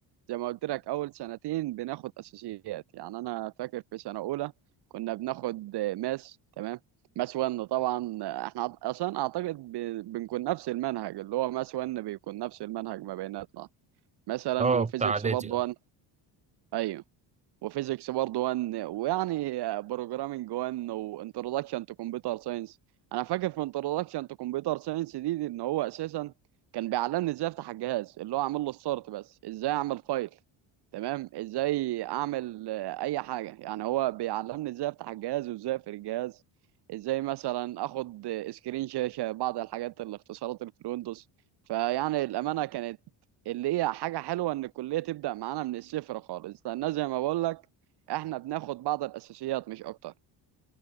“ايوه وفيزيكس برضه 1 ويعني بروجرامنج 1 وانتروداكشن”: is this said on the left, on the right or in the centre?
Right